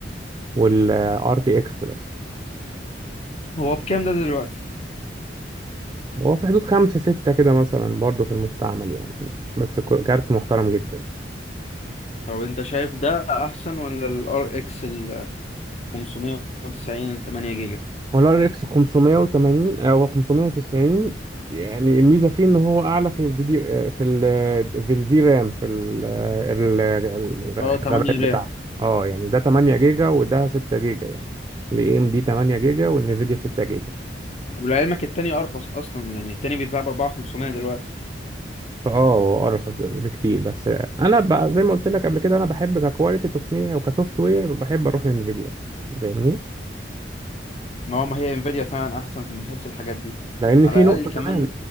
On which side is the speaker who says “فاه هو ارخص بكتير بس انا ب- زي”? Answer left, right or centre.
Right